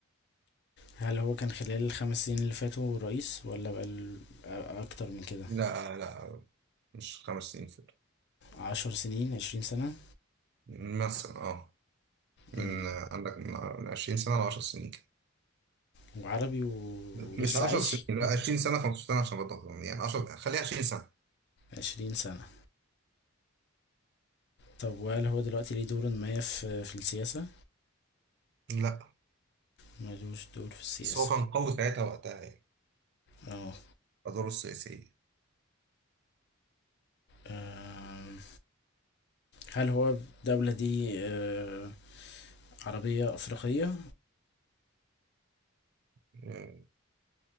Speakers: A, on the left; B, on the right.
A: هل هو كان خلال الخمس سنين اللي فاتوا رئيس ولا بقى ال- أ- أكتر من كده
B: لا لا مش خمس سنين فاتوا
A: عشر سنين عشرين سنة
B: مثلا اه من
A: م.
B: آه، عندك من من 20 سنة ل 10 سنين كده
A: وعربي و-
B: مم.
A: ولسه
B: مش 10
A: عايش
B: سنين لا 20 سنة 15 سنة عشان بطل يعني 10 خليها 20 سنة
A: عشرين سنة طب وهل هو دلوقتي ليه دور ما في في السياسة
B: لا
A: ملوش دور في السياسة
B: بس هو كان قوي ساعتها وقتها يعني
A: اه
B: أدواره السياسية
A: آم، هل هو الدولة دي آه، عربية أفريقية
B: يعني